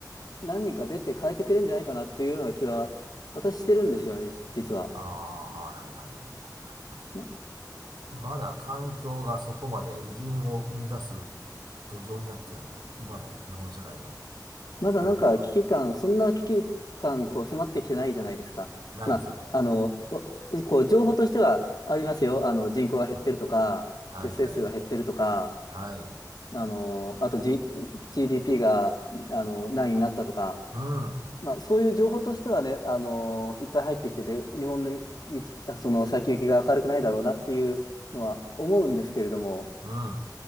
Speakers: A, on the left (about 60°); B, on the right (about 80°).
A: 何人か出て変えてくれるんじゃないかなっていうような気は、私してるんですよね、じ実は。
B: あ、ああ、はいはいはいはいはい。
A: ま
B: まだ環境がそこまで偉人を生み出す土壌になってないと、今の日本社会の
A: まだなんか危機感、
B: 状況が
A: そんな危機感、こう迫ってきてないじゃないですか。まあ、
B: ないですよね。
A: あの、おこう、情報としてはありますよ。あの、人口が減ってるとか、
B: うん。はいはい。
A: 出生数が減ってるとか、
B: はい。
A: あの、あと、G、d p が、あの、何位になったとか、
B: うん、
A: まあ、そういう情報としてはね、あのーいっぱい入ってきてて、日本の道、あその先行きが明るくないだろうなっていうのは思うんですけれども、
B: うん、